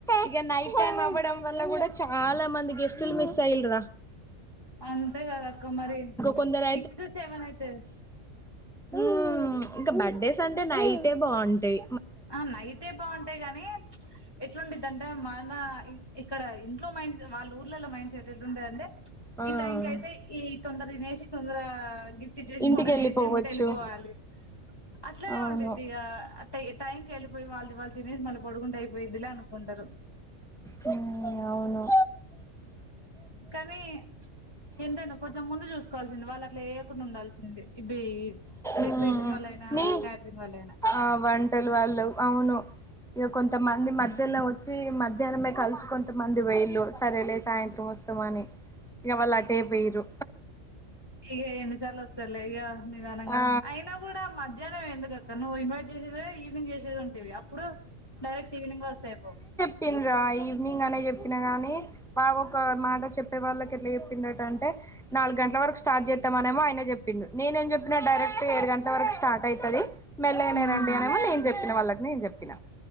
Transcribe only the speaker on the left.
కానీ
అంతే కదా అక్క మరి
సిక్స్ సెవెన్ అయితే
ఆ నైటే బావుంటాయి గాని ఎటువంటి ఏంటంటే మన ఇక్కడ ఇంట్లో మైండ్ సె వాళ్ళ ఊర్లలో మైండ్ సెట్ ఎట్లుంటదంటే
ఈ టైం కి అయితే ఈ తొందర తినేసి తొందర గిఫ్ట్ ఇచ్చేసి
ఫోటో
దిగేసి ఏమ్మటే వెళ్ళిపోవాలి అట్లనే
ఉండిద్దిగా ట టైంకి వెళ్ళిపోయి వాళ్ళది వాళ్ తినేసి మళ్ పొడుకుంటే అయిపోద్దిలే అనుకుంటరు
కానీ ఎంతైనా కొంచెం ముందు చూసుకోవాల్సింది వాళ్ళు అట్లా చేయకుండా ఉండాల్సింది ఇవి డెకరేషన్
వాళ్ళయినా
క్యాటరింగ్ వాళ్ళయినా
ఇగ
ఇగ ఎన్నిసార్లు వస్తారులే ఇగ నిదానంగా
అయినా కూడా మధ్య మధ్యాహ్నమే ఎందుకు అక్కా నువ్వు ఇన్వైట్ చేసేదే ఈవినింగ్ చేసేది ఉంటివి ఇప్పుడు డైరెక్ట్ ఈవినింగ్ వస్తాయి పో
అయిపోవు